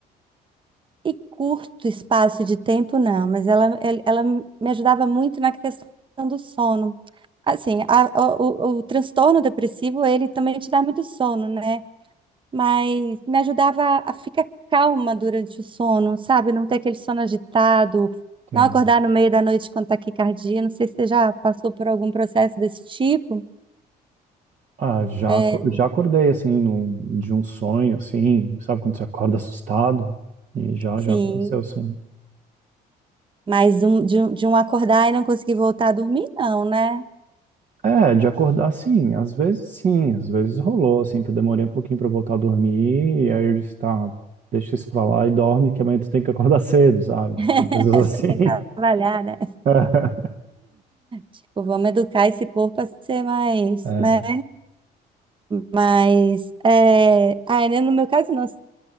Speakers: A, on the right (about 30°); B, on the right (about 50°).
A: E curto espaço de tempo, não, mas ela, el- ela me ajudava muito na questão do sono. Assim, a- o, o- o transtorno depressivo, ele também te dá muito sono, né? Mas me ajudava a ficar calma durante o sono, sabe? Não ter aquele sono agitado,
B: Entendo.
A: não acordar no meio da noite com taquicardia. Não sei se você já passou por algum processo desse tipo.
B: Ah, já,
A: É,
B: aco- já acordei assim num- de um sonho assim, sabe quando você acorda assustado? E já
A: sim.
B: já aconteceu sim.
A: Mas um, de, um- de um acordar e não conseguir voltar a dormir, não, né?
B: É, de acordar sim, às vezes sim, às vezes rolou assim que eu demorei um pouquinho pra voltar a dormir e aí eu disse, tá, deixa isso pra lá e dorme que amanhã tu tem que acordar <laughs> cedo, sabe?
A: <laughs>
B: Tipo,
A: Você
B: coisas assim.
A: Tem que trabalhar, né?
B: <laughs>
A: Tipo, vamos educar esse corpo a ser mais,
B: É,
A: né? Mas, é... ah, né, no meu caso, não. Você